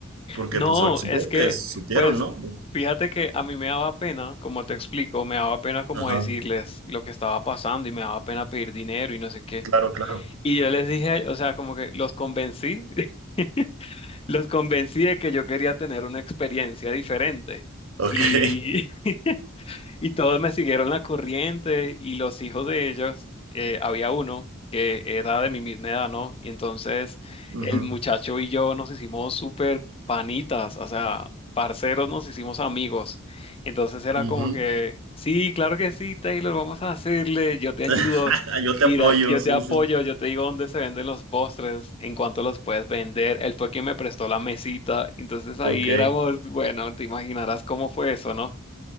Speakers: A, on the right (about 85°); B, on the left (about 30°).
A: Porque
B: No,
A: pues o- supongo
B: es que,
A: que supieron,
B: pues,
A: ¿no?
B: fíjate que a mí me daba pena, como te explico, me daba pena como
A: Ajá.
B: decirles lo que estaba pasando y me daba pena pedir dinero y no sé qué.
A: Claro, claro.
B: Y yo les dije, o sea, como que los convencí, <laughs> los convencí de que yo quería tener una experiencia diferente.
A: Ok.
B: Y
A: <laughs>
B: <laughs> Y todos me siguieron la corriente y los hijos de ellos, eh, había uno que era de mi misma edad, ¿no? Y entonces
A: Ujú,
B: el muchacho y yo nos hicimos súper panitas, o sea, parceros, nos hicimos amigos. Entonces era
A: ujú.
B: como que, sí, claro que sí, Taylor, vamos a hacerle, yo te ayudo,
A: <laughs> Yo te
B: Gira,
A: apoyo,
B: yo
A: sí,
B: te apoyo,
A: sí.
B: yo te digo dónde se venden los postres, en cuánto los puedes vender. Él fue quien me prestó la mesita, entonces ahí
A: Ok.
B: éramos, bueno, te imaginarás cómo fue eso, ¿no?